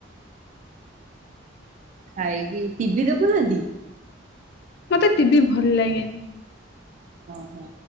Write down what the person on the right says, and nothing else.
ଖାଇକି ଟିଭିି ଦେଖୁନାହାନ୍ତି।
ହଁ ହୋ।